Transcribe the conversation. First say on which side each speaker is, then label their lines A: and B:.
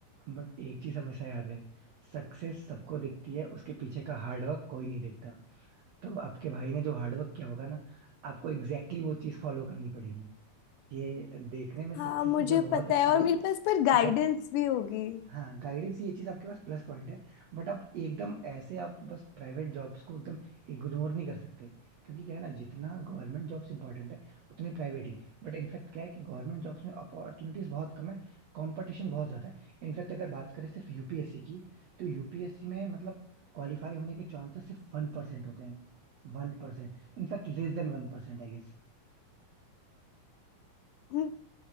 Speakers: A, on the right; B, on the left.
A: बट एक चीज हमेशा याद रहे सक्सेस सबको दिखती है उसके पीछे का हार्डवर्क कोई नहीं देखता तो आपके भाई ने जो हार्डवर्क किया होगा ना आपको एग्जैक्टली exactly वो चीज फॉलो करनी पड़ेगी ये देखने में सक्सेस
B: हाँ मुझे
A: मतलब बहुत
B: पता
A: अच्छी
B: है और
A: है
B: मेरे पास पर गाइडेंस
A: बट
B: भी होगी
A: हाँ गाइडेंस ये चीज आपके पास प्लस पॉइंट है बट आप एकदम ऐसे आप बस प्राइवेट जॉब्स को एकदम इग्नोर नहीं कर सकते क्योंकि क्या है ना जितना गवर्नमेंट जॉब्स इंपॉर्टेंट है उतने प्राइवेट ही बट इनफैक्ट क्या है कि गवर्नमेंट जॉब्स में अपॉर्चुनिटीज बहुत कम है कंपटीशन बहुत ज्यादा है इनफैक्ट अगर बात करें सिर्फ यूपीएससी की तो यूपीएससी में मतलब क्वालिफाई होने के चांसेस सिर्फ वन परसेंट होते हैं वन परसेंट इनफैक्ट लेस देन वन परसेंट आई गेस
B: हम्म,